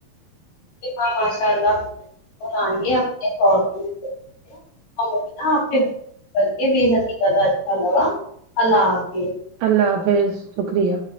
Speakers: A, on the left (about 75°); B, on the right (about 75°).
A: جی ہاں ماشاء اللہ <unintelligible> ہمیں تو نا اپ سے گفتگو کر کر بے حد ہی زیادہ اچھا لگا اللہ حافظ
B: اللہ حافظ شکریہ